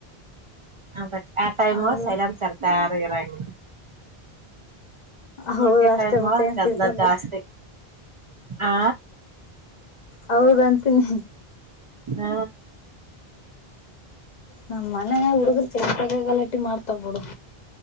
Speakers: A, on the right (about 55°); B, on the left (about 50°).
A: ಅ ಆ ಟೈಮ್
B: ಹೌದು
A: ಸೈಡನ್ ಸರ್ತ ಯಾರ ಇರಂಗ
B: ಹೌದು
A: ಉಳಿಕೆ
B: ಅಷ್ಟೇ
A: ಟೈಮೊಳಗ
B: ಮತ್ತೇನ್
A: ಗದಲ
B: ಸಿಗ್ತದ
A: ಜಾಸ್ತಿ ಆ.
B: ಹೌದ ಅಂತನಿ
A: ಹ್ಮ
B: ನಮ್ ಮನೆಗ ಹುಡ್ಗುರ್ ಬೇಕಾಗೆ ಗಲಟಿ ಮಾಡ್ತಾವ್ ಬಿಡು